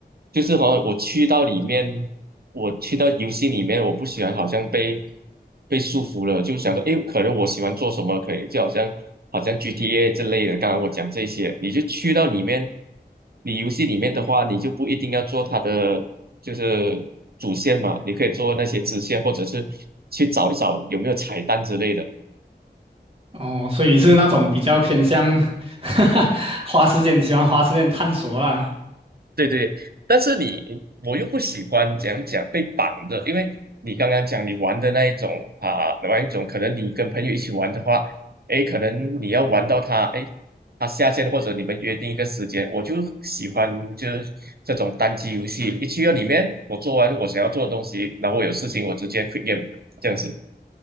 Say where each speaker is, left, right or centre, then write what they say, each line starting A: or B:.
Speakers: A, on the right; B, on the right.
A: 就是好像我去到里面，我去到游戏里面，我不喜欢好像被被束缚了，就想说，诶，可能我喜欢做什么可以，就好像好像 GTA 之类的。刚刚我讲这些，你就去到里面，你游戏里面的话，你就不一定要做它的就是主线嘛，你可以做那些支线，或者是去找一找有没有彩蛋之类的。
B: 哦，所以你是那种比较偏向 <laughs> 花时间喜欢花时间探索啦。
A: 对对，但是你我又不喜欢讲讲被绑的，因为你刚刚讲你玩的那一种啊，玩一种可能你跟朋友一起玩的话，诶，可能你要玩到他，诶，他下线或者你们约定一个时间，我就喜欢就是这种单机游戏，一去到里面，我做完我想要做的东西，然后我有事情我直接 quit game 这样子，